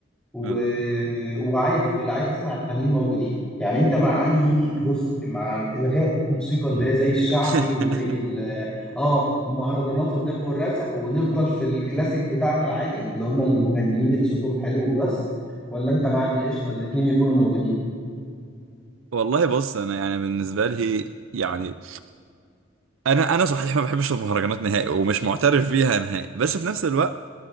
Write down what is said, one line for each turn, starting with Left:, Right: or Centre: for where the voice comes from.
Centre: و...
Right: آه.
Centre: وعادي واللي عايز يسمع التانيين موجودين يعني انت مع انهي جزء مع الغاء الموسيقى اللي هي زي الشعبي
Right: <laughs>
Centre: وزي ال... اه المهرجانات والدب والرزع ونفضل في الكلاسيك بتاعنا العادي اللي هم المغنيين اللي صوتهم حلو وبس ولا انت مع ان قشطه الاتنين يكونوا موجودين
Right: والله بص انا يعني بالنسبه لي يعني انا انا صحيح ما بحبش المهرجانات نهائي ومش معترف بيها نهائي بس في نفس الوقت